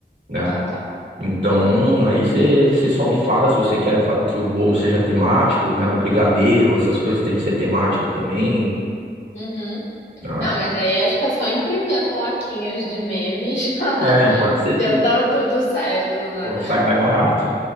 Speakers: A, on the right (about 75°); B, on the left (about 80°).
A: né?
B: ah, tá.
A: Então, aí você só me fala se você quer fa- que o bolo seja temático, né? O brigadeiro, essas coisas tem que ser temático também,
B: Uhum.
A: né?
B: Não, mas aí acho que é só imprimir as plaquinhas de meme <laughs> já.
A: É, pode ser também.
B: Já tá tudo certo, né?
A: Pode sair mais barato.